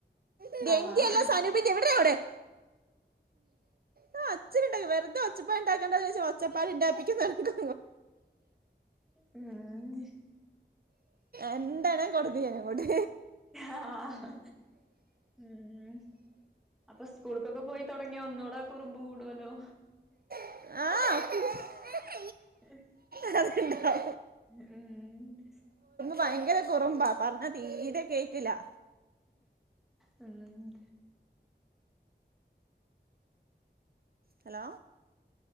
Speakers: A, on the right; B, in the centre.
A: ഇതെൻ്റ്യല്ല
B: ആഹ്
A: സനൂപിന്റെയ വിടറിയങ്ങോട്ട് ആ അച്ചന്ണ്ടല്ലോ വെറ്തെ ഒച്ചപ്പാട് ഇണ്ടാക്കണ്ടാ വിചാരിച്ച് ഒച്ചപ്പാട് ഇണ്ടാക്കിപ്പിക്കുന്നണക്ക്
B: ഉം
A: എന്താണ് കൊട്ത്തെടീ അയ്നങ്ങോട്ട്
B: ആഹ് ഉം അപ്പൊ സ്കൂൾക്കൊക്കെ പോയിത്തൊടങ്ങിയാ ഒന്നൂടെ കുറുമ്പ് കൂട്വോലോ
A: ആ
B: ഉ
A: കെതക്ക്ണ്ടോ
B: ഉം
A: ഭയങ്കര കുറുമ്പാ പറഞ്ഞാ തീരെ കേക്ക്ല്ലാ
B: ഉം
A: ഹലോ